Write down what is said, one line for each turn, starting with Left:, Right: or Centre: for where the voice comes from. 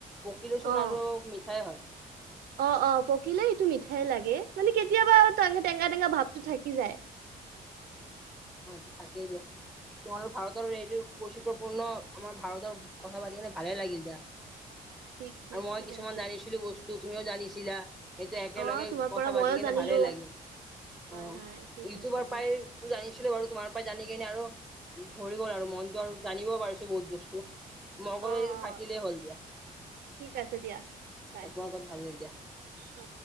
Centre: পকীলো চুন
Right: অ।
Centre: আৰু মিঠাই হয়।
Right: অ' অ' পকিলে এইটো মিঠাই লাগে, মানে কেতিয়াবা ট টেঙা টেঙা ভাৱটো থাকি যায়।
Centre: হয় থাকেইে দিয়া। তোমাৰ ভাৰতৰ এইটো বৈচিত্ৰয়পূৰ্ণ আমাৰ ভাৰতৰ কথা পাতি কেনে ভালে লাগিল দিয়া।
Right: ঠিক ঠিক
Centre: আৰু মই
Right: ঠিক
Centre: কিছুমান
Right: আছে।
Centre: জানিছিলো বস্তু, তুমিও জানিছিলা। সেইটো একেলগে
Right: অ', তোমাৰ
Centre: কথা
Right: পৰা
Centre: পাতি
Right: ময়ো
Centre: কেনে
Right: জানিলো।
Centre: ভালে লাগিল,
Right: হয়
Centre: অঁ
Right: হয় ঠিক
Centre: ইউটিউবৰ
Right: আছে দিয়া।
Centre: প্ৰাই জানি ছিলো বাৰু তোমাৰ পৰা জানি কিনি আৰু ভৰি গ'ল আৰু মনটো আৰু জানিবও পাৰিছো বহুত বস্তু ম ক'লো
Right: অ',
Centre: যিহেতু
Right: অ',
Centre: থাকিলেই হ'ল দিয়া
Right: ঠিক আছে দিয়া বাই।
Centre: ইয়াত তোমাৰ লগত ভাল লাগিল দিয়া।
Right: অ'।